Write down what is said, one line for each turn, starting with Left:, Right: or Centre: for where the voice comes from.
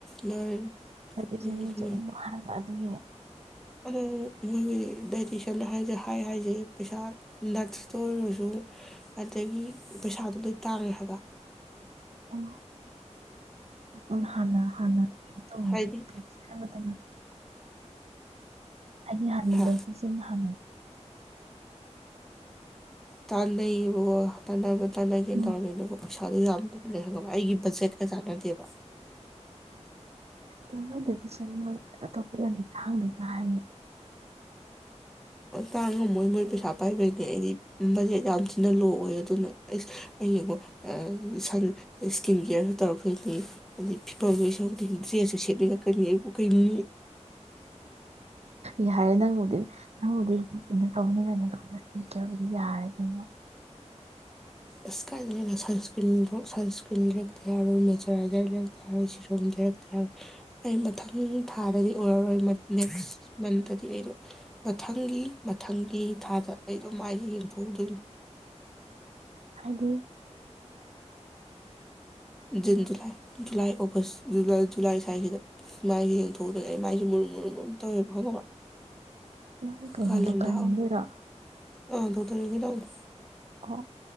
Centre: ꯃꯥꯅꯦ
Right: ꯍꯥꯏꯗꯤꯁꯨ
Centre: ꯎꯝ
Right: ꯃꯤꯁꯨ
Centre: ꯑꯗꯨꯅꯦ
Right: ꯑꯗꯨꯝ ꯑꯃꯨꯛ ꯍꯥꯏꯔꯂ ꯑꯗꯨꯒꯤ
Centre: ꯑꯗꯣ ꯃꯣꯏꯒꯤ ꯗꯥꯏꯇꯁꯤꯟ ꯍꯥꯏꯁꯦ ꯍꯥꯏ ꯍꯥꯏꯁꯦ ꯄꯩꯁꯥ ꯅꯠꯁꯇ ꯑꯣꯏꯔꯁꯨ ꯑꯗꯒꯤ ꯄꯩꯁꯥꯗꯣ ꯂꯣꯏ ꯇꯥꯡꯉꯦ ꯍꯥꯏꯕ
Right: ꯑꯣ ꯎ ꯍꯅ ꯍꯅ ꯑꯣ
Centre: ꯍꯥꯏꯗꯤ
Right: ꯍꯥꯏꯗꯤ ꯍꯥꯔꯂꯗꯁꯤꯁꯟ
Centre: ꯍꯥ
Right: ꯍꯅ
Centre: ꯇꯥꯟꯅꯩꯕꯣ ꯇ ꯇꯥꯏ ꯂ ꯂꯩꯒꯦ
Right: ꯎꯝ
Centre: ꯇꯇꯧꯕꯦꯂꯕꯜ ꯄꯩꯁꯥꯗꯨꯣ ꯌꯥꯝꯗꯕꯅꯦ ꯈꯪꯉꯕ ꯑꯩꯒꯤ ꯕꯖꯦꯠꯀ ꯆꯥꯟꯅꯗꯦꯕ
Right: ꯑꯦ ꯃꯣꯏꯗꯗꯤ ꯆꯅꯤꯉꯣꯏ ꯑꯇꯣꯞꯄꯗꯗꯤ ꯈꯥꯡꯅꯤꯅ ꯍꯥꯏꯌꯦ
Centre: ꯇꯥꯡꯉꯝꯃꯣꯏ ꯃꯣꯏ ꯄꯩꯁꯥ ꯄꯥꯏꯕꯩꯅꯦ ꯑꯩꯗꯤ ꯕꯖꯦꯠ ꯌꯥꯝ ꯊꯤꯅ ꯂꯣ ꯑꯣꯏ ꯑꯗꯨꯅ ꯑꯩꯁ ꯑꯩꯡꯉꯣ ꯁꯟ ꯏꯁꯀꯤꯟ ꯀꯦꯌꯥꯔꯁꯨ ꯇꯧꯔꯛꯀꯅꯤ ꯑꯗꯩ ꯐꯤꯄꯝ ꯂꯣꯏ ꯁꯧꯔꯛꯀꯣꯏꯅꯤ ꯗ꯭ꯔꯦꯁꯁꯨ ꯁꯦꯠꯅꯔꯛꯀꯅꯤꯕꯨ ꯀꯩꯅꯤ
Right: ꯌꯥꯔꯦ ꯅꯪꯕꯨꯗꯤ ꯅꯪꯕꯨꯗꯤ ꯀꯩꯅꯣ ꯇꯧꯕꯅꯤꯅꯅ ꯑꯗꯨꯝꯗꯤ ꯌꯥꯔꯦ ꯀꯩꯅꯣ
Centre: ꯑꯁ ꯀꯥꯏꯉꯅ ꯁꯟꯁꯀ꯭ꯔꯤꯟ ꯁꯟꯁꯀ꯭ꯔꯤꯟ ꯂꯩꯔꯛꯇ ꯌꯥꯔꯣꯏ ꯃꯣꯏꯆꯔꯥꯏꯖꯔ ꯂꯩꯔꯛꯇ ꯌꯥꯔꯣꯏ ꯁꯤꯔꯨꯝ ꯂꯩꯔꯛꯇ ꯌꯥꯔꯣꯏ ꯑꯩ ꯃꯊꯪ ꯊꯥꯗꯗꯤ ꯑꯣꯏꯔꯔꯣꯏ ꯅꯦꯛꯁ ꯃꯟꯇꯗꯤ ꯑꯩꯗꯣ ꯃꯊꯪꯒꯤ ꯃꯊꯪꯒꯤ ꯊꯥꯗ ꯑꯩꯗꯣ ꯃꯥꯏꯁ ꯌꯦꯡꯊꯣꯛꯎꯗꯣꯏꯅꯤ
Right: ꯍꯥꯏꯗꯤ
Centre: June July July August July ꯁ꯭ꯋꯥꯏꯁꯤꯗ ꯁꯥꯏꯁꯤꯦ ꯌꯦꯡꯊꯣꯛꯑꯗꯅ ꯑꯩ ꯃꯥꯏꯁꯦ ꯃꯔꯨꯝ ꯃꯔꯨꯝ ꯃꯔꯨꯝ ꯇꯧꯋꯦꯕ ꯈꯪꯉꯕ
Right: ꯅꯪ ꯀꯩꯅꯗꯨ
Centre: ꯀꯥꯂꯦꯟꯗ
Right: ꯀꯥꯥꯟ
Centre: ꯍꯥꯞꯄ
Right: ꯂꯩꯔ
Centre: ꯑꯥ ꯗꯣ ꯇꯔꯤꯛꯒꯤꯅꯎꯅ
Right: ꯑꯣ